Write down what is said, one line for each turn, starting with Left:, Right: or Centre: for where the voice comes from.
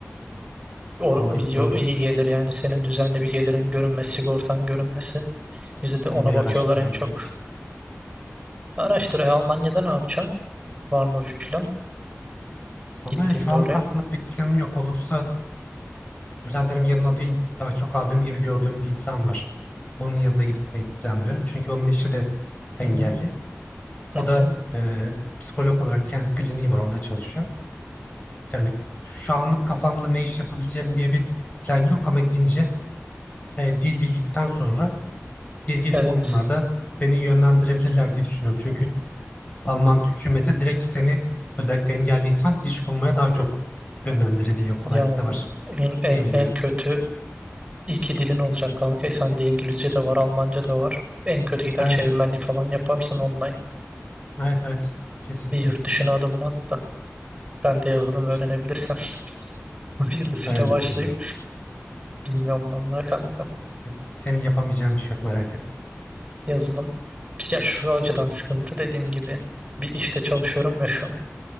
Right: O,
Left: Doğru
Right: iyi,
Left: doğru.
Right: iyi gelir yani senin düzenli bir gelirin görünmesi, sigortan görünmesi. Bize de
Left: Onu
Right: ona
Left: bir
Right: bakıyorlar
Left: araştırmam
Right: en çok.
Left: gerek.
Right: Araştır. E, Almanya'da ne yapacaksın? Var mı bir plan
Left: Almanya
Right: gittiğinde
Left: şu anlık
Right: oraya?
Left: aslında pek planım yok. Olursa kuzenlerim yanına değil daha çok abim gibi gördüğüm bir insan var. Onun yanına gitmeyi planlıyorum. Çünkü onun eşi de engelli.
Right: Hı hı, hı
Left: O da
Right: hı.
Left: e, psikolog olarak kendi kliniği var orada çalışıyor. Yani şu anlık kafamda ne iş yapabileceğim diye bir plan yok ama gidince e, dil bildikten sonra ilgili
Right: Evet.
Left: konularda beni yönlendirebilirler diye düşünüyorum. Çünkü Alman hükümeti direkt seni özellikle engelliysen iş bulmaya daha çok yönlendirebiliyor. Kolaylık
Right: Ya bu
Left: da var
Right: en en
Left: diye biliyorum.
Right: en kötü iki dilin olacak kanka. E, Sende İngilizce de var, Almanca da var. En kötü gider
Left: Evet,
Right: çevirmenlik falan yaparsın online.
Left: evet, evet. Kesinlikle.
Right: Bir yurt dışına adımını at da. Ben de yazılım öğrenebilirsem.
Left: İşte
Right: <laughs> Hayırlısıyla
Left: öğrenirsin
Right: başlayıp.
Left: ya.
Right: Bilmiyorum vallahi kanka.
Left: E, Senin yapamayacağın bir şey yok merak etme.
Right: yazılım. Ya şu açıdan sıkıntı dediğim gibi bir işte çalışıyorum ya şu an.